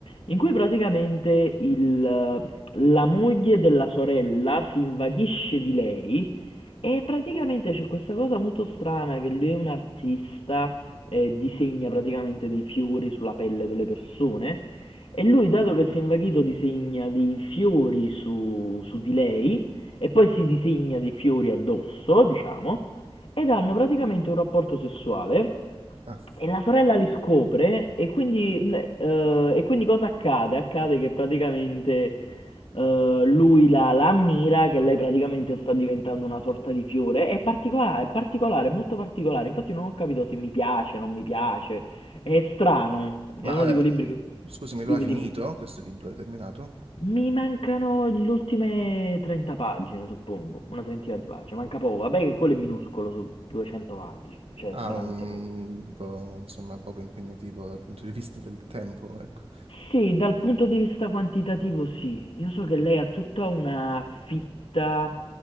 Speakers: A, on the left; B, on the right.
A: in cui praticamente il- eh, la moglie della sorella si invaghisce di lei e praticamente c'è questa cosa molto strana che lui è un artista e disegna praticamente dei fiori sulla pelle delle persone e lui dato che si è invaghito disegna dei fiori su, su di lei e poi si disegna dei fiori addosso, diciamo, ed hanno praticamente un rapporto sessuale
B: ah.
A: e la sorella li scopre e quindi, mh, eh, e quindi cosa accade? Accade che praticamente eh, lui la, la ammira, che lei praticamente sta diventando una sorta di fiore. È particolare, è particolare, è molto particolare. Infatti non ho capito se mi piace, non mi piace. È strano.
B: Ma
A: È uno di quei
B: eh,
A: libri che...
B: scusami,
A: Dimmi,
B: lo hai finito
A: dimmi, scusa.
B: questo libro? L'hai terminato?
A: Mi mancano le ultime 30 pagine, suppongo, una trentina di pagine, manca poco. Vabbè che quello è minuscolo su 200 pagine, cioè
B: Ah,
A: veramente
B: mm,
A: poco.
B: un libro, insomma, poco impegnativo dal punto di vista del tempo, ecco.
A: Sì, dal punto di vista quantitativo sì. Io so che lei ha tutta una fitta